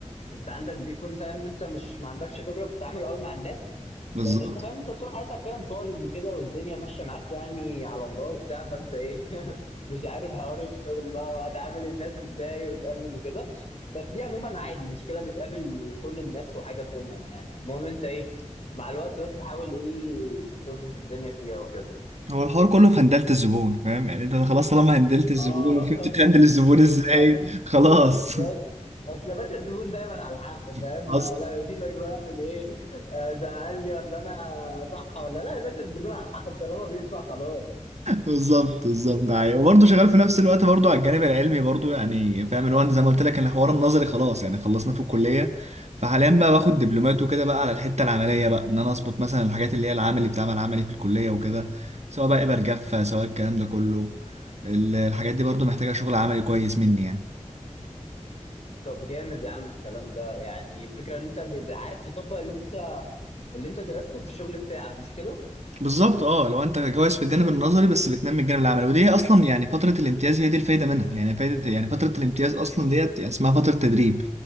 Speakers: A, on the left; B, on the right.
A: انت عندك بيكون فاهم انت مش ما عندكش خبرة في التعامل قوي مع الناس
B: بالظبط
A: لان انت فاهم انت طول حياتك فاهم طالب وكده والدنيا ماشيه معاك يعني على الله وبتاع فانت ايه <laughs> مش عارف حوار الشغل بقى وهتعامل الناس ازاي وتقابل وكده بس دي عموما عادي مشكله بتقابل كل الناس وحاجه كومن يعني المهم انت ايه مع الوقت بس حاول ايه تظبط الدنيا فيها وكده
B: هو الحوار كله في هندلة الزبون فاهم يعني انت خلاص طالما هندلت
A: اه
B: الزبون وفهمت
A: <laughs>
B: تهندل الزبون ازاي
A: بس أص-
B: خلاص
A: بس اصل يا باشا الزبون دايما على حق فاهم
B: <laughs>
A: لا سيبك بقى من ايه آه، ده قال لي ولا انا صح ولا لا يا باشا الزبون على حق طالما بيدفع خلاص
B: بالظبط بالظبط ده حقيقي. وبرضه شغال في نفس الوقت برضه على الجانب العلمي برضه يعني فاهم اللي هو أنا زي ما قلت لك الحوار النظري خلاص يعني خلصنا في الكليه فحاليا بقى باخد دبلومات وكده بقى على الحته العمليه بقى ان انا اظبط مثلا الحاجات اللي هي العملي بتاع العملي في الكليه وكده سواء بقى ابر جافه سواء الكلام ده كله ال- الحاجات دي برضه محتاجه شغل عملي كويس مني يعني
A: طب جامد يا عم الكلام ده يعني الفكرة ان انت بيبقى عارف تطبق اللي انت اللي انت درسته في الشغل بتاعك مش كده؟
B: بالظبط اه لو انت كويس في الجانب النظري بس بتنمي الجانب العملي ودي هي اصلا يعني فتره الامتياز هي دي الفايده منها يعني فايده يعني فتره الامتياز اصلا ديت يعني اسمها فتره تدريب